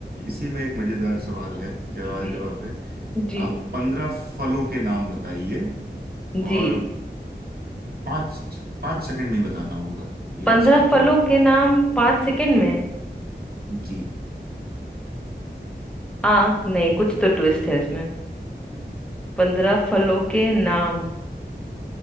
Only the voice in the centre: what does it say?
जी
जी
जी
पंद्रह
फलों के नाम पांच सेकंड में
आ नहीं कुछ तो ट्विस्ट है इसमें पंद्रह फलों के नाम